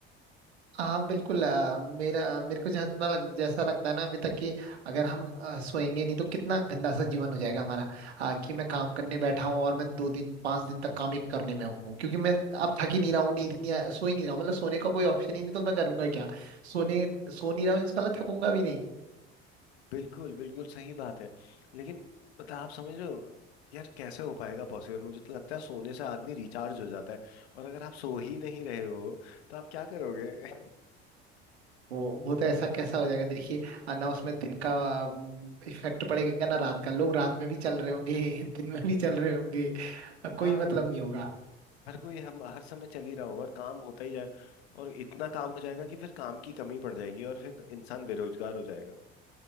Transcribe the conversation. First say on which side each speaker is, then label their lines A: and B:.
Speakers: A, on the right; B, on the left.
A: हाँ बिल्कुल अ, मेरा मेरे को जितना लग, जैसा लगता है ना अभी तक कि अगर हम अ, सोएंगे नहीं तो कितना गंदा सा जीवन हो जाएगा हमारा अ, कि मैं काम करने बैठा हूँ और मैं दो दिन पांच दिन तक काम ही करने में हूँ क्योंकि मैं अब थक ही नहीं रहा हूँ नींद नहीं आ- सो ही नहीं रहा हूँ मतलब सोने का कोई ऑप्शन ही नहीं तो मैं करूंगा क्या सोने सो नहीं रहा हूँ इसका मतलब थकूंगा भी नहीं
B: बिल्कुल बिल्कुल सही बात है लेकिन मतलब आप समझ रहे हो यार कैसे हो पाएगा पॉसिबल मुझे तो लगता है सोने से आदमी रिचार्ज हो जाता है और अगर आप सो ही नहीं रहे हो तो आप क्या करोगे <laughs>
A: वो वो तो ऐसा कैसा हो जाएगा देखिए अ, ना उसमें दिन का इफेक्ट पड़ेगा ना रात का लोग रात में भी चल रहे होंगे <laughs> दिन में भी चल रहे होंगे अ, कोई
B: हाँ
A: मतलब नहीं होगा
B: हर कोई हम हर समय चल ही रहा होगा और काम होता ही जाए और इतना काम हो जाएगा कि फिर काम की कमी पड़ जाएगी और फिर इंसान बेरोजगार हो जाएगा